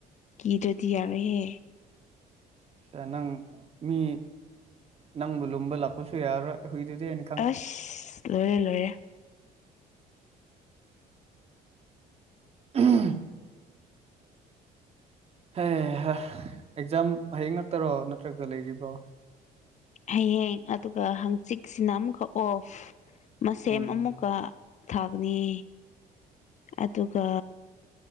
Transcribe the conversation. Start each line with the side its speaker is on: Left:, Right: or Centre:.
Left: ꯀꯤꯗ꯭ꯔꯗꯤ ꯌꯥꯔꯣꯏꯍꯦ
Right: ꯁꯦ ꯅꯪ ꯃꯤ ꯅꯪꯕꯨ ꯂꯨꯝꯕ ꯂꯥꯛꯄꯁꯨ ꯌꯥꯔꯔꯣꯏ ꯍꯨꯏꯗꯨꯗꯤ ꯍꯥꯏꯅ
Left: ꯑꯁ ꯂꯣꯏꯔꯦ ꯂꯣꯏꯔꯦ
Right: ꯎꯝ ꯍꯩꯍꯥ ꯑꯦꯛꯖꯥꯝ ꯍꯌꯦꯡ ꯅꯠꯇ꯭ꯔꯣ ꯅꯠꯇ꯭ꯔꯒ ꯂꯩꯔꯤꯕ꯭ꯔꯣ
Left: ꯍꯌꯦꯡ ꯑꯗꯨꯒ ꯍꯪꯆꯤꯛꯁꯤꯅ ꯑꯃꯨꯛꯀ ꯑꯣꯐ ꯃꯁꯦꯝ
Right: ꯎꯝ
Left: ꯑꯃꯨꯛꯀ ꯊꯥꯒꯅꯤ ꯑꯗꯨꯒ